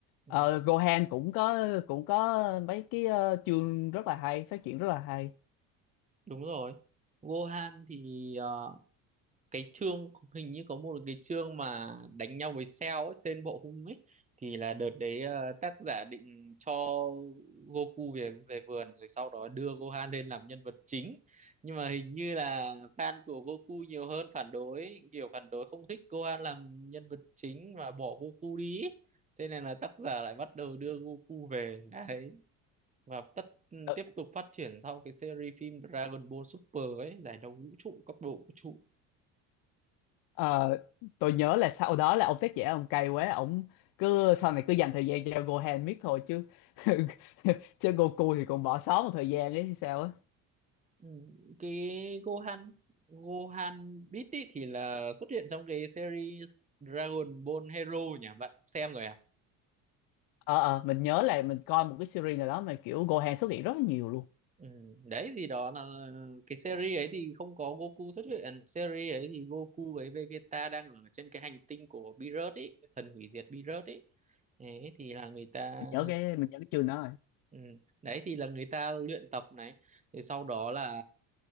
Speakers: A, on the right; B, on the left.
A: ừm,
B: Ờ, Gohan cũng có cũng có mấy cái ờ, chương rất là hay, phát triển rất là hay.
A: đúng rồi Gohan thì ờ, cái chương hình như có một cái chương mà đánh nhau với Cell ấy, Sen Bộ Hung ấy thì là đợt đấy ờ, tác giả định cho Goku về về vườn rồi sau đó đưa Gohan lên làm nhân vật chính nhưng mà hình như là fan của Goku nhiều hơn phản đối kiểu phản đối không thích Gohan làm nhân vật chính và bỏ Goku đi ấy. Thế nên là tác giả lại bắt đầu đưa Goku về đấy và tất
B: Ờ,
A: tiếp tục phát triển sau cái series phim Dragon Ball Super ấy giải đấu vũ trụ cấp độ vũ trụ
B: Ờ, tôi nhớ là sau đó là ông tác giả ông cay quá ông cứ sau này cứ dành thời gian cho Gohan miết thôi chứ <laughs> chứ Goku thì còn bỏ sót một thời gian đấy sao á
A: Ừ, cái Gohan Gohan Beat ý thì là xuất hiện trong cái series Dragon Ball Hero nhỉ bạn cũng xem rồi à
B: ờ ờ mình nhớ là mình coi một cái series nào đó mà kiểu Gohan xuất hiện rất là nhiều luôn
A: ừ, đấy thì đó là cái series ấy thì không có Goku xuất hiện series ấy thì Goku với Vegeta đang ở trên cái hành tinh của Beerus ấy thần hủy diệt Beerus ấy đấy thì là người ta
B: mình nhớ cái mình nhớ cái chương đó rồi
A: ừ, đấy thì là người ta luyện tập này thì sau đó là